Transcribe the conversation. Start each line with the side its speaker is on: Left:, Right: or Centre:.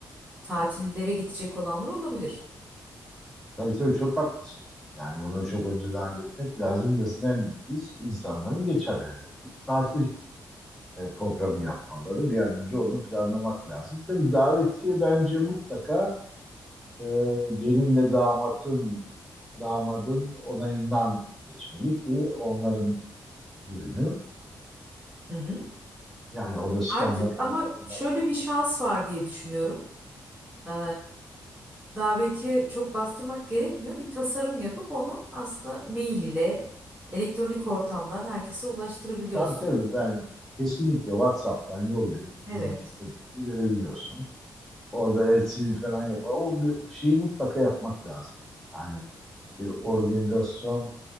Right: tatillere gidecek olanlar olabilir.
Centre: Tabii tabii çok haklısın. Yani bunu çok önceden halletmek lazım. Yazın en büyük risk insanların geçerleri olup tatil e, programı yapmaları. Bir an önce onu planlamak lazım. Tabii davetiye bence mutlaka e, gelinle damatın damadın onayından geçmeli ki onların düğünü.
Right: Hı hı.
Centre: Yani orada standart
Right: Artık ama
Centre: bir sorun var.
Right: şöyle
Centre: mı?
Right: bir şans var diye düşünüyorum. E, davetiye çok bastırmak gerekmiyor. Bir tasarım yapıp onu aslında mail ile elektronik ortamdan herkese ulaştırabiliyorsun.
Centre: Tabii tabii ben kesinlikle WhatsApp'tan yollayıp
Right: Evet.
Centre: gidip gitmediğini görebiliyorsun. Orada LCD falan yapar. O bir şeyi mutlaka yapmak lazım. Yani bir organizasyon